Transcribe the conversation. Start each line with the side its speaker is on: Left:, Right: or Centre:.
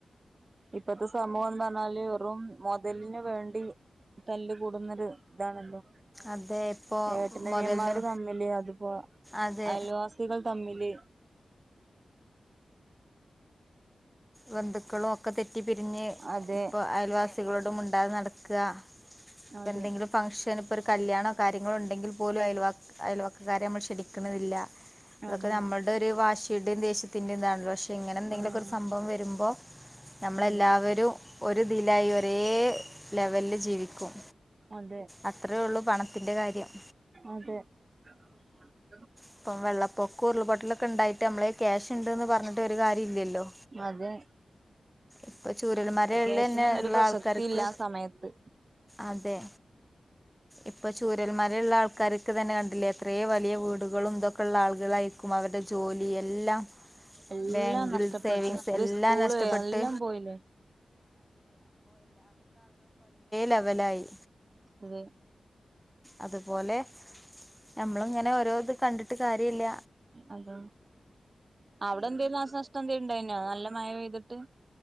Right: ഇപ്പത്തെ സമൂഹം എന്ന് പറഞ്ഞാല് വെറും മൊതലിനുവേണ്ടി തല്ല് കൂടുന്നൊരു ഇതാണല്ലോ
Centre: അതെ ഇപ്പോ
Right: ഏട്ടനനിയന്മാർ
Centre: മുതലിന്
Right: തമ്മില് അതിപ്പോ
Centre: അതെ
Right: അയൽവാസികൾ തമ്മില്
Centre: ബന്ധുക്കൾ ഒക്കെ തെ റ്റി പിരിഞ്ഞ്
Right: അതെ
Centre: ഇപ്പൊ അയൽവാസികളോടും മുണ്ടാതെ നട ക്കാ
Right: അതെ
Centre: എന്തെങ്കിലും ഫങ്ഷൻ ഇപ്പൊ ഒരു കല്യാണോ കാര്യങ്ങളോ ഉണ്ടെങ്കിൽ പോലും അയൽവാ അയൽവക്കകാരെ നമ്മൾ ക്ഷണിക്കുന്നതില്ല അതൊക്കെ
Right: അതെ
Centre: നമ്മൾടെ ഒരു വാശി ദുരുദ്ദേശത്തിന്റേതാണ് ഇങ്ങനെണ്ടെങ്കിലും
Right: ആഹ്
Centre: സംഭവം വരു അപ്പൊ നമ്മള്
Right: അതെ
Centre: എല്ലാവരും ഒരു തിലായി ഒരേ ലെവലില് ജീവിക്കും
Right: അതെ
Centre: അത്രയേ ഉള്ളു പണത്തിന്റെ കാര്യം
Right: അതെ <inaudible>
Centre: ഇപ്പം വെള്ളപ്പൊക്ക ഉരുൾപൊട്ടലൊക്കെ ഉണ്ടായിട്ട് നമ്മളെല് ക്യാഷ് ഉണ്ട്ന്ന് പറഞ്ഞിട്ട് ഒരു കാര്യം ഇല്ലല്ലോ
Right: അതെ
Centre: ഇപ്പൊ ചൂരൽ മലയിലന്നെ
Right: ക്യാഷിനൊന്നും
Centre: ഉള്ള
Right: ഒരു പ്രസക്തി
Centre: ആൾക്കാർക്ക്
Right: ഇല്ല ആ സമയത്ത്
Centre: അതെ ഇപ്പൊ ചൂരൽ മലയിൽ ഉള്ള ആൾക്കാർ ക്ക് തന്നെ കണ്ടില്ലേ എത്രയും വലിയ വീ <unintelligible> ആളുകളായിരിക്കും അവൻ്റെ ജോലി എല്ലാം
Right: എല്ലാം
Centre: ബാങ്ക്
Right: നഷ്ടപ്പെട്ട്
Centre: സേവിംഗ്സ്
Right: ഒരു
Centre: എല്ലാം
Right: സ്കൂള്
Centre: നഷ്ടപ്പെട്ട്
Right: എല്ലാം പോയില്ലേ
Centre: ലവലായി
Right: അതെ
Centre: അതുപോലെ ഞമ്മള് ഇങ്ങനെ ഓരോത് കണ്ടിട്ട് കാര്യമില്ല
Right: അത അവിടെ എന്തേലും നാശനഷ്ടം ഉണ്ടായിന്നോ നല്ല മഴ പെയ്തിട്ട്